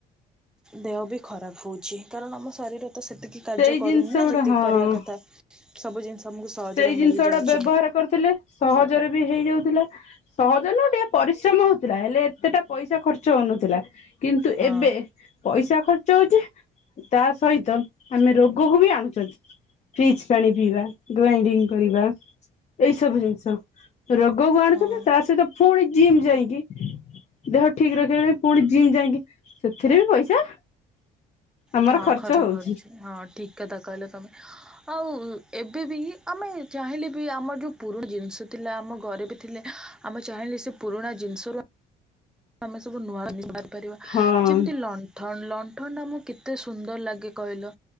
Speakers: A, in the centre; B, on the left.
A: ଦେହ ବି ଖରାପ ହଉଛି କାରଣ ଆମ ଶରୀର ତ ସେତିକି କାର୍ଯ୍ୟ
B: ସେଇ
A: କରୁନି
B: ଜିନିଷ
A: ନା
B: ଗୁଡା
A: ଯେତିକି
B: ହଁ
A: କରିବା କଥା। ସବୁ ଜିନିଷ ଆମକୁ ସହଜରେ
B: ସେଇ ଜିନିଷ
A: ମିଳିଯାଉଛି
B: ଗୁଡା ବ୍ୟବହାର କରୁଥିଲେ ସହଜରେ ବି ହେଇଯାଉଥିଲା ସହଜ ନୁହ ଟିକେ ପରିଶ୍ରମ ହଉଥିଲା ହେଲେ ଏତେଟା ପଇସା ଖର୍ଚ୍ଚ ହଉନଥିଲା। କିନ୍ତୁ
A: ହଁ
B: ଏବେ ପଇସା ଖ ଖର୍ଚ୍ଚ ହଉଛି ତା ସହିତ ଆମେ ରୋଗକୁ ବି ଆଣୁଛନ୍ତି ଫ୍ରିଜ ପାଣି ପିଇବା ଗ୍ରାଇଣ୍ଡିଙ୍ଗ କରିବା ଏଇ ସବୁ ଜିନିଷ। ରୋଗକୁ ଆଣୁଛନ୍ତି
A: ହଁ।
B: ତା ସହିତ ଫୁଣି ଜିମ୍ ଯାଇକି ଦେହ ଠିକ ରଖିବା ପାଇଁ ପୁଣି ଜିମ୍ ଯାଇକି ସେଥିରେ ବି ପଇସା ଆମର
A: ହଁ ଖର୍ଚ୍ଚ
B: ହଉଛି
A: କରୁଛି ହଁ ଠିକ କଥା କହିଲ ତମେ ଆଉ ଏବେ ବି ଆମେ ଚାହିଁଲେ ବି ଆମର ଯେଉଁ ପୁରୁଣା ଜିନିଷ ଥିଲା ଆମ ଘରେ ବି ଥିଲେ ଆମେ ଚାହିଁଲେ ସେ ପୁରୁଣା ଜିନିଷରୁ ଆମେ ସବୁ ନୁଆ। <unintelligible> ପାରିବା
B: ହଁ
A: ଯେମତି ଲଣ୍ଠନ ଲ ଲଣ୍ଠନ ଟା ଆମକୁ କେତେ ସୁନ୍ଦର ଲାଗେ କହିଲ